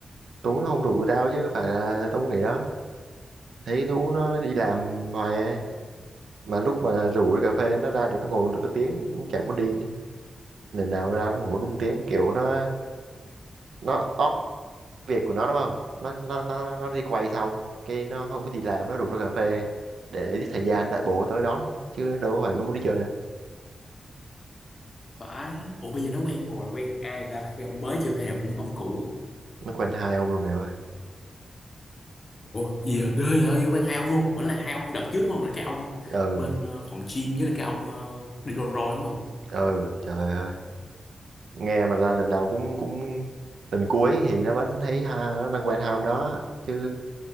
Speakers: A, on the right; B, on the left.
A: Tú nó không rủ tao chứ có phải là tao muốn nghỉ đó thấy Tú nó, nó đi làm hoài ấy. mà lúc mà rủ đi cà phê nó ra được nó ngồi được cái tiếng thì cũng chẳng muốn đi nữa. lần nào ra cũng ngồi đúng tiếng kiểu nó nó off việc của nó đúng không nó nó nó nó đi quay xong cái nó không có gì làm nó rủ ra cà phê để giết thời gian đợi bố tới đón nhé. chứ đâu có phải nó muốn đi chơi đâu
B: Phải, ủa bây giờ nó quen bồ là quen ai rồi ta? Quen ông mới chưa hay là cũng ông cũ?
A: nó quen hai ông luôn mày ơi
B: Ủa, gì vậy? Ghê vậy, vậy quen hai ông luôn. Vẫn là hai ông đợt trước đúng không? Là cái ông
A: ừ
B: bên ờ, phòng gym với là cái ông ờ, đi Rolls Royce đúng không?
A: ừ trời ơi nghe mà là lần nào cũng cũng lần cuối thì nó vẫn thấy ha nó đang quen hai ông đó chứ